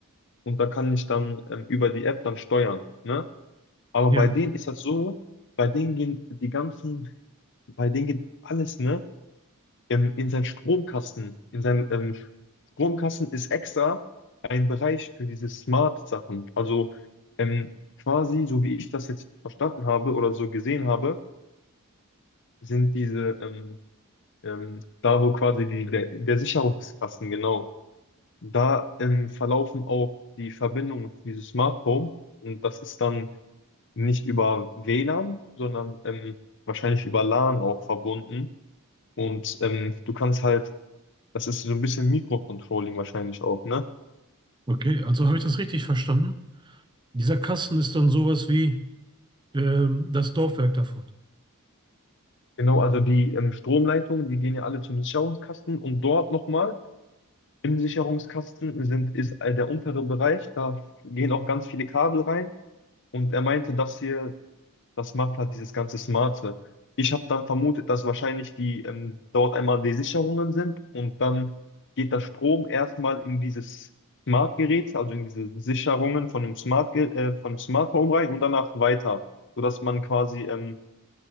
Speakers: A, on the left; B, on the right.
A: und da kann ich dann ähm, über die App dann steuern. Ne? Aber
B: ja.
A: bei denen ist das so, bei denen gehen die ganzen, bei denen geht alles, ne? ähm, in seinen Stromkasten. In seinem ähm, Stromkasten ist extra ein Bereich für diese Smart-Sachen. Also ähm, quasi, so wie ich das jetzt verstanden habe oder so gesehen habe, sind diese ähm, ähm, da, wo quasi die, der, der Sicherungskasten, genau, da ähm, verlaufen auch die Verbindungen für dieses Smart Home. Und das ist dann nicht über WLAN, sondern ähm, wahrscheinlich über LAN auch verbunden. Und ähm, du kannst halt Das ist so ein bisschen Mikrocontrolling wahrscheinlich auch, ne?
B: Okay, also habe ich das richtig verstanden? Dieser Kasten ist dann sowas wie ähm, das Laufwerk davon.
A: Genau, also die ähm, Stromleitungen, die gehen ja alle zum Sicherungskasten und dort nochmal im Sicherungskasten sind, ist äh, der untere Bereich, da gehen auch ganz viele Kabel rein und er meinte, dass hier, das macht halt dieses ganze Smarte. Ich habe dann vermutet, dass wahrscheinlich die ähm, dort einmal die Sicherungen sind und dann geht der Strom erstmal in dieses Smart-Gerät, also in diese Sicherungen von dem Smart, äh, von dem Smart Home rein und danach weiter sodass man quasi ähm,